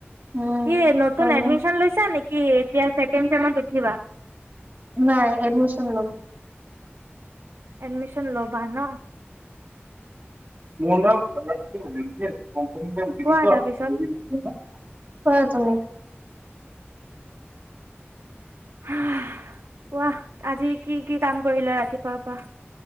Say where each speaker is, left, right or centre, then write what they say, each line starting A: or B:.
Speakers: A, on the right; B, on the right.
A: উম।
B: ই নতুন
A: তুমি
B: এডমিশ্যন লৈছা নেকি? কি এতিয়া চেকেণ্ড চেমত ওঠিবা
A: নাই এডমিশ্যন লম
B: এডমিশ্যন ল'বা ন
A: মোৰ নাম <unintelligible> কম্পানী দিৰিছ
B: কোৱা তাৰপিছত
A: <unintelligible> ন কোৱা তুমি <inaudible>
B: আহ কোৱা আজি কি কি কাম কৰিলে ৰাতিপুৱা পৰা